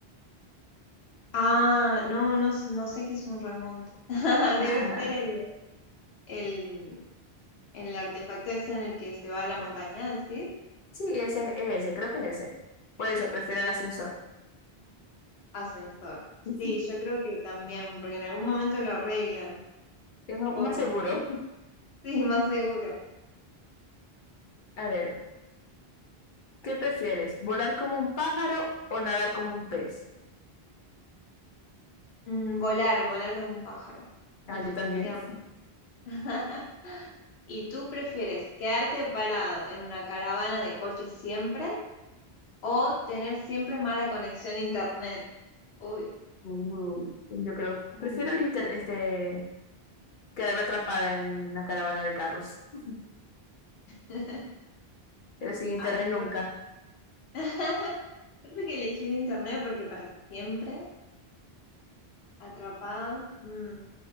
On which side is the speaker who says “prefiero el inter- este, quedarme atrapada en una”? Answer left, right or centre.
Left